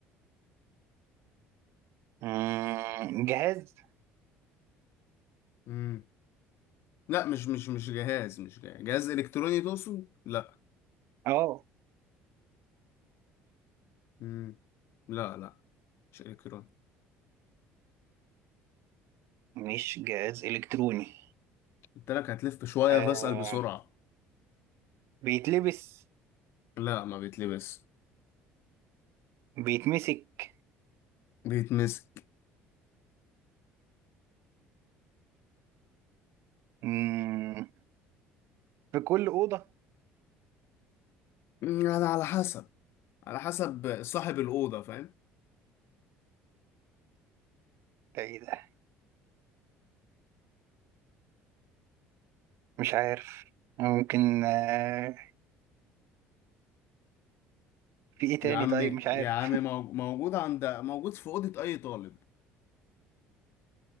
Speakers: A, on the right; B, on the left.
A: مم، جهاز
B: امم لا مش مش مش جهاز مش جهاز, جهاز الكتروني تقصد لا
A: اه
B: امم لا لا مش الكتروني
A: مش جهاز إلكتروني
B: قلت لك هتلف شوية
A: آه،
B: فاسأل بسرعة
A: بيتلبس
B: لا ما بيتلبس
A: بيتمسك
B: بيتمسك
A: مم، في كل أوضة
B: مم، يعني على حسب على حسب صاحب الأوضة فاهم
A: ده إيه ده مش عارف ممكن آه، في إيه تاني
B: يا عم
A: طيب مش عارف
B: يا عم مو- موجود عند موجود في أوضة أي طالب